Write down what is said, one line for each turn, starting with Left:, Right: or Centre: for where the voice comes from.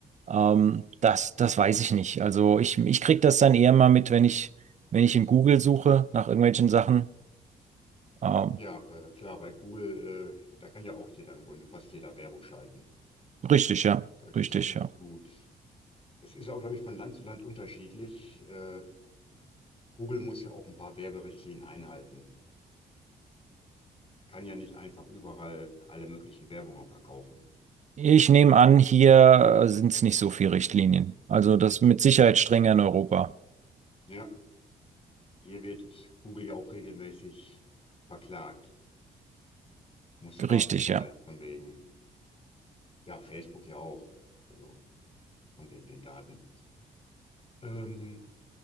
Right: Ähm, das, das weiß ich nicht. Also ich, ich kriege das dann eher mal mit, wenn ich, wenn ich in Google suche nach irgendwelchen Sachen. Ähm,
Left: Ja, äh, klar, bei Google, äh, da kann ja auch jeder im Grunde, fast jeder Werbung schalten.
Right: richtig, ja.
Left: Da gibt's
Right: Richtig,
Left: ja, äh,
Right: ja.
Left: gut. Es ist auch, glaube ich, von Land zu Land unterschiedlich. Äh, Google muss ja auch ein paar Werberichtlinien einhalten. Kann ja nicht einfach überall alle möglichen Werbungen verkaufen.
Right: Ich nehme an, hier sind es nicht so viele Richtlinien. Also das mit Sicherheit strenger in Europa.
Left: Ja, hier wird es Google ja auch regelmäßig verklagt, muss Strafen
Right: Richtig,
Left: zahlen
Right: ja.
Left: von wegen Ja, Facebook ja auch. Also von wegen den Daten. Ähm,